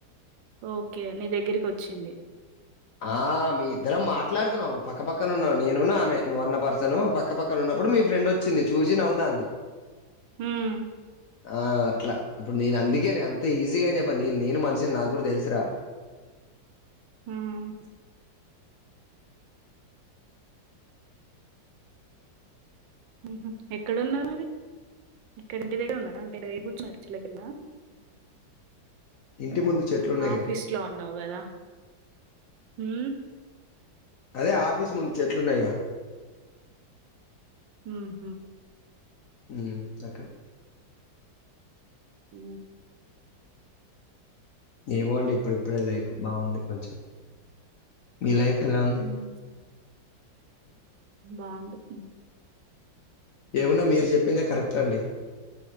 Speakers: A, on the right; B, on the left.
A: ఓకే నీ దగ్గరికి వచింది
B: ఆ మీ ఇద్దరం మాట్లాడుతున్నావు అప్పుడు పక్కపక్కన ఉన్నావు నేను ఆమె నువ్వు అన్న పర్సను పక్కపక్కన ఉన్నావు అప్పుడు మీ ఫ్రెండ్ వచ్చింది చూసి నవ్వుతాంది
A: హ్మ్.
B: ఆ అట్లా ఇప్పుడు నేను అందుకేని అంత ఈజీగా అని చెప్పను నేను నేను మనిషిని నాకు కూడా తెలుసురా
A: ఉహ్మ్ ఉహ్మ్ ఎక్కడున్నారు మరి ఇక్కడ ఇంటి దగ్గర ఉన్నారా అంటే డై కూర్చునడిచలే కిందా
B: ఇంటి ముందు చెట్లున్నాయిగా.
A: ఆఫీస్ లో ఉన్నావు కదా ఉ
B: అదే ఆఫీస్ ముందు చెట్లున్నాయిగా
A: ఉహ్మ్
B: ఉ అక్కడ
A: అ
B: ఏమో అండి ఇప్పుడిప్పుడే లైఫ్ బాగుంది కొంచెం మీ లైఫ్ ఎలా ఉంది
A: హ్మ్. బావుంది
B: ఏమున్నా మీరు చెప్పిందే కరెక్ట్ అండి